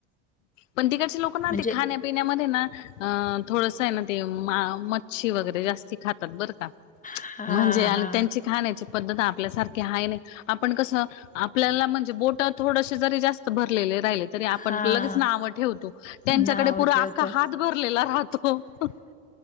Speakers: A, on the left; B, on the left.
A: पण तिकडचे लोकं ना,
B: म्हणजे
A: ते खाण्या पिण्यामध्ये ना, अ थोडस ये ना ते, मा-मच्छी वगैरे, जास्ती खातात, बरं का.
B: हां,
A: म्हणजे आणि
B: हां,
A: त्यांची खाण्याची पद्धत, आपल्यासारखी आहे नही, आपण कसं आपल्याला, म्हणजे बोट थोडशी जरी जास्त भरलेले राहिले तरी, आपण
B: हां,
A: लगेच नाव ठेवतो, त्यांच्याकडे
B: नाव
A: पुरा आक्खा
B: ठेवतो.
A: हात, भरलेला राहतो. हो,